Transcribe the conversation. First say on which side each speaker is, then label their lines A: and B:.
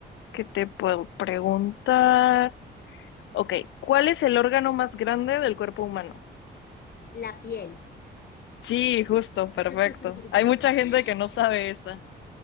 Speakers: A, on the left; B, on the left.
A: ¿qué te puedo preguntar? Ok, ¿cuál es el órgano más grande del cuerpo humano?
B: La piel.
A: Sí, justo,
B: <laughs>
A: perfecto. Hay mucha gente que no sabe esa.